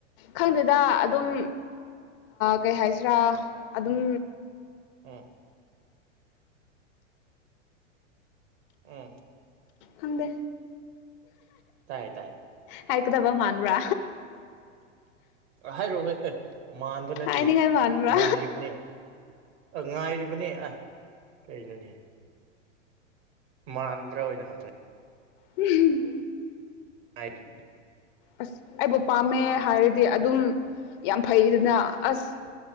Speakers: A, on the left (about 45°); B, on the right (about 60°).
A: ꯈꯪꯗꯦꯗ ꯑꯗꯨꯝ ꯀꯩ ꯍꯥꯏꯁꯤꯔꯥ ꯑꯗꯨꯝ
B: ꯎꯝ ꯑꯣ
A: ꯍꯪꯗꯦ
B: ꯇꯥꯏ ꯇꯥꯏ
A: ꯍꯥꯏꯀꯗꯕ ꯃꯥꯥꯟꯕ꯭ꯔꯥ
B: ꯍꯥꯏꯔꯛꯑꯣ ꯑꯦ ꯃꯥꯟꯕ ꯅꯠꯇꯦ
A: ꯍꯥꯏꯅꯤꯡꯉꯥꯏ ꯃꯥꯟꯕ꯭ꯔꯥ
B: ꯉꯥꯏꯔꯤꯕꯅꯦ ꯑ ꯉꯥꯏꯔꯤꯕꯅꯦ ꯑꯁ ꯀꯩꯅꯣꯅꯦ ꯃꯥꯟꯕ꯭ꯔꯥ ꯑꯣꯏꯅ ꯍꯪꯕ
A: ꯎꯝ
B: ꯍꯥꯏꯖꯕꯅꯦ
A: ꯑꯁ ꯑꯩꯕꯨ ꯄꯥꯝꯃꯦ ꯍꯥꯏꯔꯗꯤ ꯑꯗꯨꯝ ꯌꯥꯝ ꯐꯩꯗꯅ ꯑꯁ